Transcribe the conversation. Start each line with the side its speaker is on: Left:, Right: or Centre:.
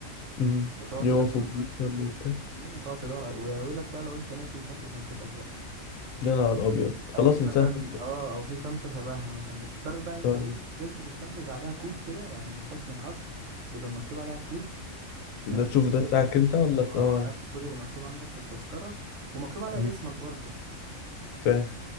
Left: مم.
Right: وتقعد
Left: يقفوا
Right: تدور
Left: بيستنوا وبتاع
Right: مم، تقعد تدور على- ويقول لك بقى لو انت ناسي شكل شنطتك بقى
Left: يا نهار أبيض خلاص
Right: او في
Left: انساها
Right: مثلا
Left: أصلا
Right: اه او في شنطه شبهها مثلا بتضطر بقى انت
Left: اه
Right: ايه تمسك الشنطه بيبقى عليها كود كده يعني لحسن الحظ يبقى مكتوب عليها كود نفس
Left: ده تشوف
Right: الكود
Left: ده بتاعك
Right: اللي م-
Left: أنت ولا بتاع
Right: اه
Left: اه
Right: نفس الكود اللي مكتوب عندك في التذكره ومكتوب على
Left: مم.
Right: اسمك برضه
Left: فاهم